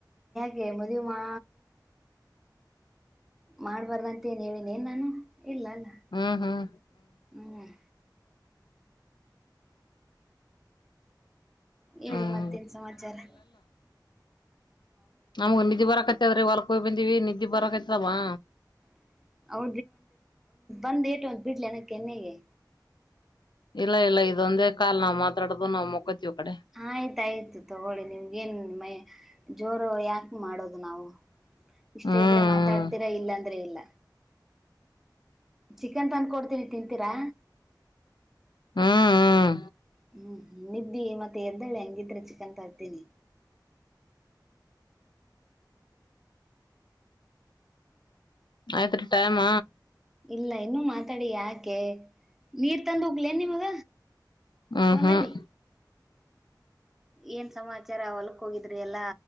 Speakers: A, in the centre; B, on the left.
A: ಗೆ ಮದ್ವಿ ಮಾ. ಮಾಡ್ಬಾರ್ದಂತ ಏನ್ ಹೇಳಿನ್ ಏನ್ ನಾನು. ಇಲ್ಲಲ್ಲಾ
B: ಹ್ಮ್ ಹ್ಮ್
A: ಹ್ಮ್. ಏಳಿ
B: ಹ್ಮ್
A: ಮತ್ತ ಏನ್ ಸಮಾಚಾರಾ.
B: ನಮ್ಗೂ ನಿಧಿ ಬರಾಕತ್ತೇದ್ರಿ ವರ್ಕ್ ಹೊಯ್ ಬಂದೀವಿ ನಿದ್. ದ್ದಿ ಬರಾಕತ್ತಿದವಾ.
A: <unintelligible> ಒಂದ್ ಏಟು ಒಂದ್ ಬಿಡ್ಲಿನ ಕೆನ್ನಗೆ.
B: ಇಲ್ಲ ಇಲ್ಲ ಇದೊಂದೇ ಕಾಲ್ ನಾವ್ ಮಾತಾಡದು ನಾವ್ ಮಕ್ಕೋತಿವ್ ಕಡೆ
A: ಆಯ್ತಾಯ್ತು ತಗೊಳ್ಳಿ ನಿಮ್ಗೆಏನ್ ಮೈ ಜೋರು ಯಾಕ ಮಾಡೋದು ನಾವು. ಇಷ್ಟ
B: ಹ್ಮ್
A: ಇದ್ರೆ ಮಾತಾಡ್ತೀರಾ ಇಲ್ಲಾ ಅಂದ್ರೆ ಇಲ್ಲ. ಚಿಕನ್ ತಂದ್ ಕೊಡ್ತೀನಿ ತಿಂತೀರಾ.
B: ಹ್ಮ್ ಹ್ಮ್
A: ಹ್ಮ್ ಹ್ಮ ನಿದ್ದಿ ಮತ್ತೆ ಎದ್ದಳೆ ಹಂಗಿದ್ರೆ ಚಿಕನ್ ತರ್ತೀನಿ.
B: ಆಯ್ತ್ರಿ ಟೈಮ
A: ಇಲ್ಲ ಇನ್ನೂ ಮಾತಾಡಿ ಯಾಕೆ ನೀರ್ ತಂದು ಉಗ್ಲ ನಿಮಗ
B: ಹ್ಮ್
A: ಫೋನಲ್ಲಿ.
B: ಹ್ಮ್
A: ಏನ್ ಸಮಾಚಾರ ಹೊಲ್ಕ್ ಹೋಗಿದ್ರಿ ಎಲ್ಲ.